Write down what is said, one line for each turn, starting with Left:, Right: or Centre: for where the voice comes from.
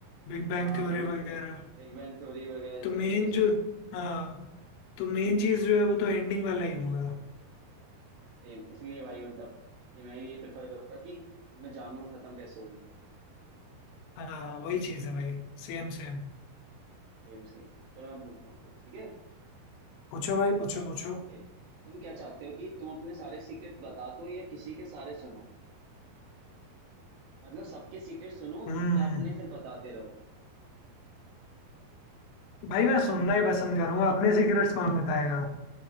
Left: बिग बैंग
Right: हाँ
Left: थ्योरी
Right: वही
Left: वगैरह
Right: तो बिग बैंग थ्योरी वगैरह इन
Left: तो मेन
Right: सब चीजों
Left: जो
Right: से
Left: हाँ तो मेन चीज जो है वो तो एंडिंग वाला ही होगा
Right: सेम इसलिए भाई मतलब कि मैं भी यही प्रेफर करूंगा कि मैं जानूं खत्म कैसे हुई
Left: हाँ वही चीज है भाई Same same
Right: Same same चलो मैं पूछता हूँ कोई, ठीक है
Left: पूछो भाई पूछो पूछो
Right: ओके तुम क्या चाहते हो कि तुम अपने सारे सीक्रेट बता दो या किसी के सारे सुनो मतलब सबके सीक्रेट सुनो
Left: हम्म
Right: या अपने सिर्फ बताते रहो
Left: भाई मैं सुनना ही पसंद करूंगा अपने सीक्रेट्स कौन बताएगा